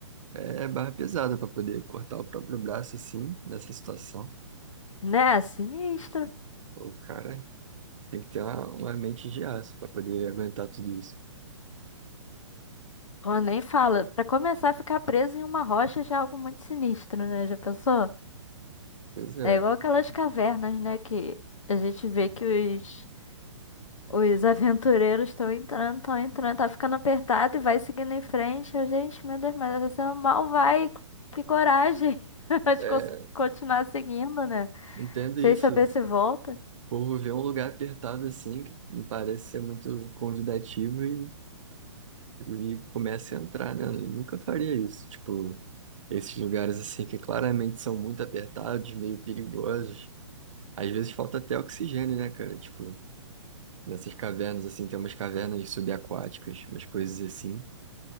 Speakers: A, on the right; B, on the left.
A: é barra pesada pra poder cortar o próprio braço assim, nessa situação.
B: Né? Sinistro.
A: Pô, o cara tem que ter uma, uma mente de aço pra poder aguentar tudo isso.
B: Pô, nem fala. Pra começar a ficar preso em uma rocha já é algo muito sinistro, né? Já pensou?
A: Pois é,
B: É igual aquelas cavernas, né? Que a gente vê que os, os aventureiros estão entrando, estão entrando, tá ficando apertado e vai seguindo em frente. Eu, gente, meu Deus, mas você mal vai. Que coragem <laughs>
A: é,
B: de cons- continuar seguindo, né?
A: entendo
B: Sem
A: isso.
B: saber se volta.
A: O povo vê um lugar apertado assim, que não parece ser muito convidativo e, e começa a entrar, né? Eu nunca faria isso. Tipo, esses lugares assim que claramente são muito apertados, meio perigosos. Às vezes falta até oxigênio, né, cara? Tipo. Nessas cavernas, assim, tem umas cavernas subaquáticas, umas coisas assim,